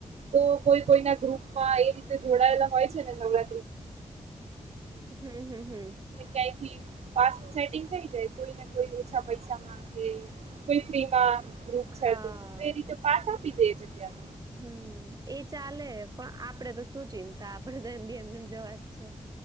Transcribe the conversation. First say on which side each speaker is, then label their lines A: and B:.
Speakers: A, on the right; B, on the right.
A: તો કોઈ કોઈના ગ્રુપમાં એ રીતે જોડાયેલા હોય છે ને ડા
B: હમ હમ હમ
A: કેથી <unintelligible> પાસ ન સેટિંગ થઈ જાય કોઈ ને કોઈ ઓછા પૈસા માંખે કોઈ ફ્રીમાં ગ્રુપ છે
B: હા
A: તો એ રીતે પાસ આપી દે છે ત્યા
B: હમ એ ચાલે પણ આપડે તો શું ચિંતા આપડે તો એમ બી એમને એમ જવાજ છે